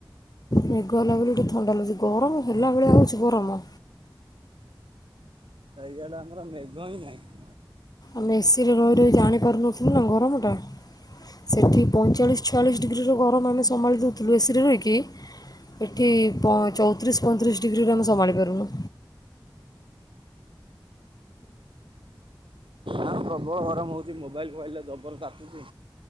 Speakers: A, on the left; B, on the right.
A: ମେଘ ହେଲା ବୋଲି ଟିକେ ଥଣ୍ଡା ଲାଗୁଛି ଗରମ ହେଲା ଭଳିଆ ହଉଛି ଗରମ।
B: ଇଆଡ଼େ ଆମର ମେଘ ହିଁ ନାହିଁ।
A: ଆମେ ଏସିରେ ରହି ରହି ଜାଣିପାରୁନଥିଲୁ ନା ଗରମଟା। ସେଇଠି ପଇଁଚାଳିଶ ଛୟାଳିଶ ଡିଗ୍ରୀର ଗରମ ଆମେ ସମ୍ଭାଳି ଦେଉଥିଲୁ ଏସିରେ ରହିକି। ଏଠି ଚଉତିରିଶ ପଇଁତିରିଶ ଡିଗ୍ରୀରୁ ଆମେ ସମ୍ଭାଳି ପାରୁନୁ।
B: ଆଉ ପ୍ରବଳ ଗରମ ହଉଛି ମୋବାଇଲ୍ ଫୋବାଇଲେ ଜବର ତାତୁଛି